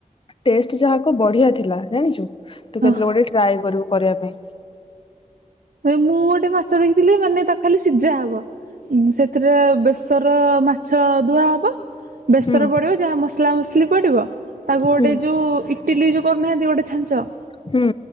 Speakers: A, on the left; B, on the right.
A: ଟେଷ୍ଟ ଯାହା କହ ବଢିଆ ଥିଲା ଜାଣିଛୁ ତୁ କେତେବେଳେ
B: ହଁ
A: ଗୋଟେ ଟ୍ରାଏ କରିବୁ। କରିବା ପାଇଁ
B: ମୁଁ ଗୋଟେ ମାଛ ଦେଖିଥିଲି ମାନେ ତା ଖାଲି ସିଝା ହବ ସେଥିରେ ବେସର ମାଛ ଧୁଆହବ ବେସର
A: ହୁଁ
B: ପଡ଼ିବ ଯାହା ମସଲା ମୁସଲି ପଡ଼ିବ ତାକୁ ଗୋଟେ
A: ହୁଁ
B: ଯେଉଁ ଇ ଟିଲି ଯୋଉ କରୁନାହାନ୍ତି ଗୋଟେ ଛାଞ୍ଚ
A: ହୁଁ।